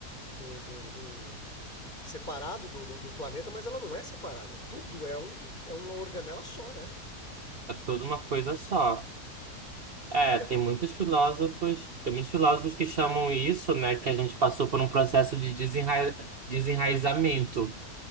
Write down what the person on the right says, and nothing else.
É tudo uma coisa só.
É, tem muitos filósofos, tem muitos filósofos que chamam isso, né, que a gente passou por um processo de desenra... desenraizamento,